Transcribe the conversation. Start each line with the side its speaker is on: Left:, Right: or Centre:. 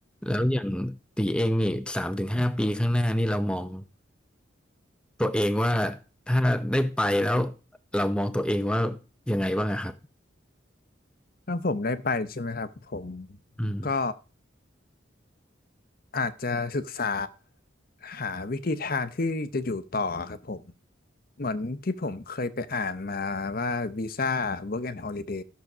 Centre: แล้วอย่างตีเองนี่สามถึงห้าปีข้างหน้านี่เรามองตัวเองว่าถ้าได้ไปแล้วเรามองตัวเองว่ายังไงบ้างอะครับ
Left: ถ้าผมได้ไปใช่ไหมครับผม
Centre: อืม
Left: ก็ อาจจะศึกษาหาวิธีทางที่จะอยู่ต่อครับผมเหมือนที่ผมเคยไปอ่านมาว่าวีซ่า Work and Holiday